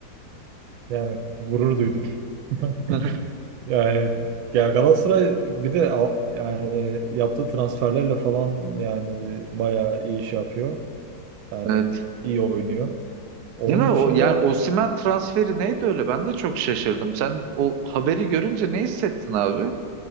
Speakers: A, on the right; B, on the right.
A: Yani gurur duydum. <laughs>
B: <laughs>
A: Yani ya Galatasaray bir de al- yani yaptığı transferlerle falan yani bayağı iyi iş yapıyor. Yani
B: Evet.
A: iyi oynuyor. Onun
B: Değil mi? O
A: dışında
B: yani Osimhen transferi neydi öyle? Ben de çok şaşırdım. Sen o haberi görünce ne hissettin abi?